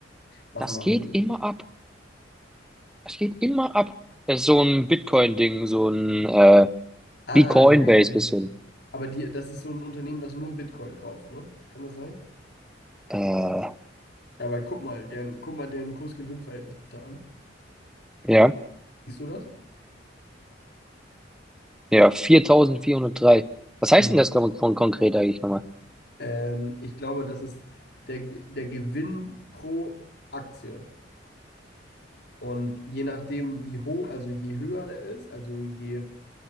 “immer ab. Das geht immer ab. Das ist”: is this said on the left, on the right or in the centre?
Centre